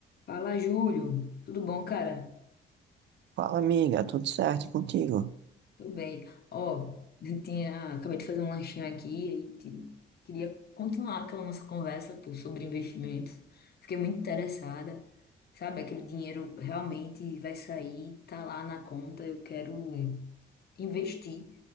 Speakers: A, on the left; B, on the right.
A: Fala, Júlio. Tudo bom, cara?
B: Fala, amiga, tudo certo contigo?
A: Tudo bem. Ó, eu tinha, acabei de fazer um lanchinho aqui e te- queria continuar aquela nossa conversa, pô, sobre investimentos. Fiquei muito interessada. Sabe, aquele dinheiro realmente vai sair, tá lá na conta. Eu quero investir,